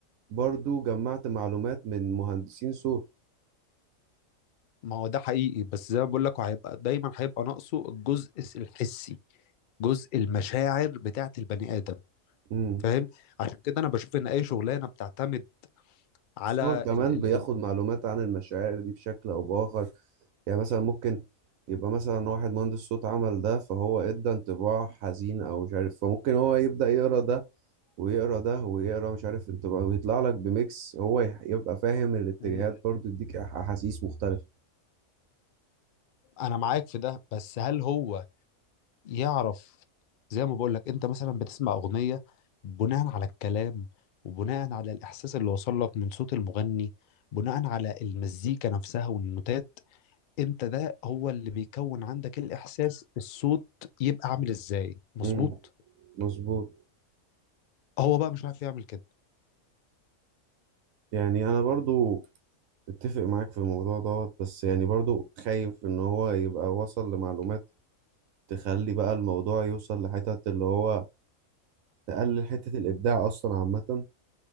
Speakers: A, on the right; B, on the left.
A: برضو جمعت معلومات من مهندسين صوت
B: ما هو ده حقيقي بس زي ما بقول لك هيبقى دايما هيبقى ناقصه الجزء الحسي جزء المشاعر بتاعت البني ادم
A: امم
B: فاهم عشان كده انا بشوف ان اي شغلانه بتعتمد على
A: بس هو كمان
B: ال
A: بياخد
B: ال
A: معلومات عن المشاعر دي بشكل او باخر يعني مثلا ممكن يبقى مثلا واحد مهندس صوت عمل ده فهو ادى انطباع حزين او مش عارف فممكن هو يبدأ يقرا ده ويقرا ده ويقرا مش عارف انطباع ويطلع لك بميكس هو يح- يبقى فاهم الاتجاهات
B: ال
A: برضو يديك أح- احاسيس مختلفة
B: انا معاك في ده بس هل هو يعرف زي ما بقول لك انت مثلا بتسمع اغنيه بناء على الكلام وبناء على الاحساس اللي وصل لك من صوت المغني بناء على المزيكا نفسها والنوتات انت ده هو اللي بيكون عندك الاحساس الصوت يبقى عامل ازاي مظبوط
A: امم مظبوط
B: هو بقى مش عارف يعمل كده
A: يعني انا برضو اتفق معاك في الموضوع دوت بس يعني برضو خايف ان هو يبقى وصل لمعلومات تخلي بقى الموضوع يوصل لحتة اللي هو تقلل حتة الابداع اصلا عامة